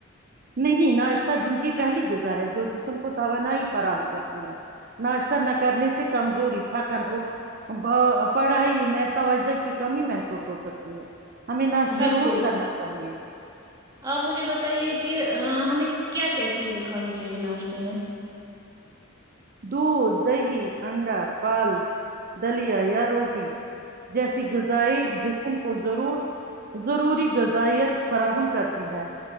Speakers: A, on the right (about 45°); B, on the right (about 20°).
A: نہیں ناشتہ جن کی پہلی غذا ہے جو جسم کو توانائی فراہم کرتی ہے ناشتہ نہ کرنے سے کمزوری تھکن اور پڑھائی میں توجہ کی کمی محسوس ہو سکتی ہے ہمیں ناشتہ
B: بالکل
A: روز کرنا چاہیے
B: آپ مجھے بتائیے کہ ہمیں کیا کیا چیزیں کھانی چاہیے ناشتے میں
A: دودھ دہی انڈا پال دلیا یا روٹی جیسے غذائی جسم کو ضرور ضروری غذائیت فراہم کرتی ہے